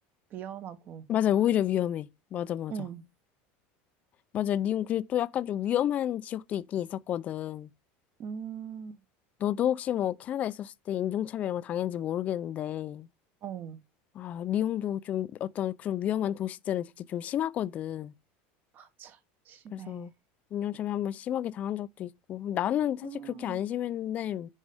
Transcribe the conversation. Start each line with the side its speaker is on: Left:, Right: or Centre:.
Right: 위험하고.
Left: 맞아, 오히려 위험해. 맞아, 맞아.
Right: 응,
Left: 맞아, 리움, 그리고 또 약간 좀 위험한 지역도 있긴 있었거든.
Right: 음,
Left: 너도 혹시 뭐, 캐나다 있었을 때 인종차별 이런 거 당했는지 모르겠는데,
Right: 어,
Left: 아, 리옹도 좀 어떤 그런 위험한 도시들은 진짜 좀 심하거든.
Right: 맞아. 심해.
Left: 그래서 운영점에 한번 심하게 당한 적도 있고. 나는 사실
Right: 음,
Left: 그렇게 안 심했는데,